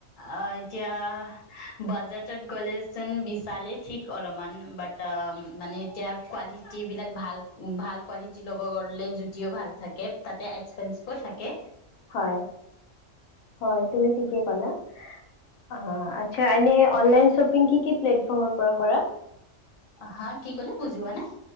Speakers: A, on the left; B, on the left.
A: অ', এতিয়া বাজেটত গ'লেচোন বিচালেই ঠিক অলপমান বাট মানে এতিয়া কোৱালিট বিলাক ভাল ভাল কোৱালিটি ল'ব গলে জুদিও ভাল থাকে তাতে এক্সপেঞ্চিভো থাকে।
B: হয় হয় তুমি। কি কলা? অ' আত। শ্বানিয়ে অননলাইন শ্বপিং কি? কি প্লেটফৰ্মৰ পৰা কৰা
A: হা কি ক'লে বুজিবানে।